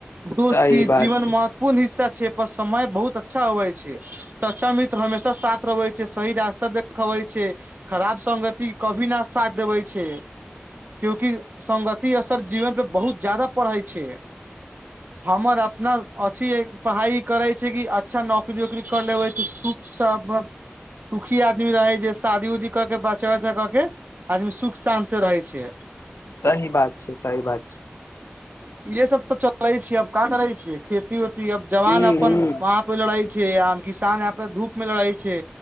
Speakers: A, on the right; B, on the left.
A: दोस्ती
B: सही बात
A: जीवन
B: छै
A: महत्वपूर्ण हिस्सा पर समय बहुत अच्छा अबै छै सच्चा मित्र हमेशा साथ रहबे छै सही रास्ता देखब छै खराब संगति कभी न साथ देबै छै छै क्यूकि संगति असर जीवन पे बहुत ज्यादा पढ़ै छै हमर अपना अथी पढ़ाइ करै छै कि अच्छा नौकरी वकरी कर लेबै छै सब सुखी आदमी रहै जे शादी उदी क के बचा उचा क के आदमी सुख सान से रहै छै
B: सही बात छै सही बात छै
A: ये सब तो चलै छैै अब कहाँ करै छियै खेती उती अब जवान
B: हूं
A: अपन
B: हूं
A: वहां पे लड़े छै आ किसान या धूप में लड़े छै